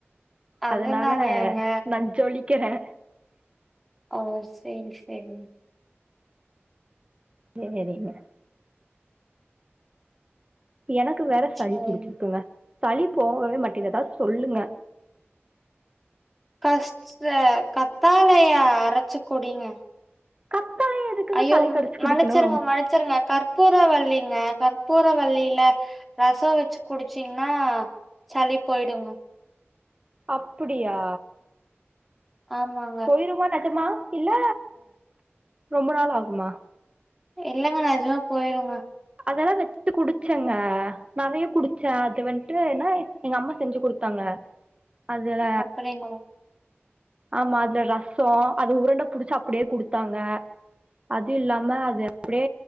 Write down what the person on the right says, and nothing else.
அதனால நா ஜொலிக்கறே
சேரிங்க எனக்கு வேற சளி
புடிச்சுக்குங்க சளி போகவே மட்டிது எதாவ் சொல்லுங்க
கத்தாழை எதுக்குங்க
சளி கடிச்சு குடிக்கணு
அப்பிடியா
பொய்ருமா நெஜமா இல்ல ரொம்ப நாள் ஆகுமா
அதெல்லா வெச் டு குடிச்செங்க நெறைய குடிச்ச அது வன்ட்டு என்னா எங்க அம்மா செஞ்சு குடுத்தாங்க அதுல
ஆம்மா அதுல ரசோ அது உருண்ட புடிச்சு அப்புடே குடுத்தாங்க அது இல்லாம அது அப்புடே